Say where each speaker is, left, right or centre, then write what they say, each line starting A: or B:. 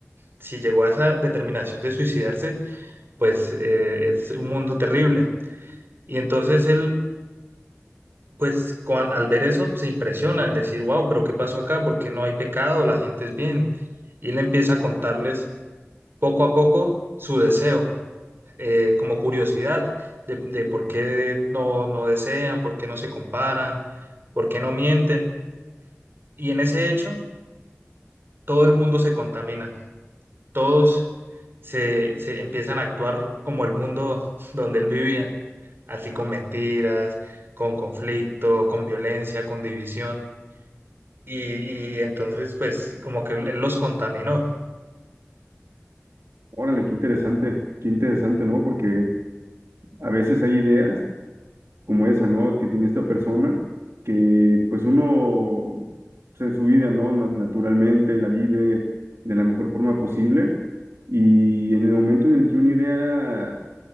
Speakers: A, on the right (about 50°); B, on the right (about 75°).
A: si llegó a esa determinación de suicidarse, pues eh, es un mundo terrible Y entonces él, pues cuan- al ver eso, se impresiona, al decir, wow, pero ¿qué pasó acá? ¿Por qué no hay pecado? La gente es bien. Y él empieza a contarles poco a poco su deseo, eh, como curiosidad de, de por qué no, no desean, por qué no se comparan, por qué no mienten. Y en ese hecho, todo el mundo se contamina. todos se, se empiezan a actuar como el mundo <laughs> donde él vivía, así con mentiras, con conflicto, con violencia, con división. Y, y entonces, pues, como que él los contaminó.
B: Órale, qué interesante, qué interesante, ¿no? Porque a veces hay ideas. como esa, ¿no? Que tiene esta persona, que pues uno pues, en su vida, ¿no? Na- Naturalmente la vive de la mejor forma posible y en el momento en el que una idea,